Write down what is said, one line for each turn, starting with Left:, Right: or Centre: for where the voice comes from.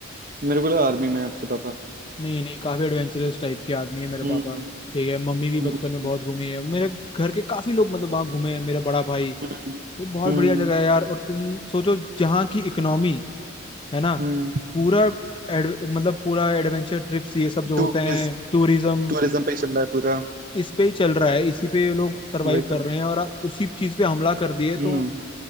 Right: मेरे को लगा आर्मी में है आपके पापा
Left: नहीं नहीं काफी एडवेंचरस टाइप के आदमी है मेरे
Right: हम्म
Left: पापा ठीक है मम्मी भी
Right: हम्म
Left: बचपन में बहुत घूमी है मेरे घर के काफी लोग मतलब वहाँ घूमे हैं मेरा बड़ा भाई
Right: हम्म
Left: तो बहुत
Right: हम्म
Left: बढ़िया जगह है यार और तुम सोचो जहाँ की इकोनॉमी है ना
Right: हम्म
Left: पूरा एड, मतलब पूरा एडवेंचर ट्रिप्स ये सब जो होते
Right: टूरिस्ट
Left: हैं टूरिज्म
Right: टूरिज्म पे ही चल रहा है पूरा
Left: इस पे ही चल रहा है इसी पे ये लोग सरवाइव
Right: वही
Left: कर
Right: तो
Left: रहे हैं और आप उसी चीज पे हमला कर दिए तो
Right: हम्म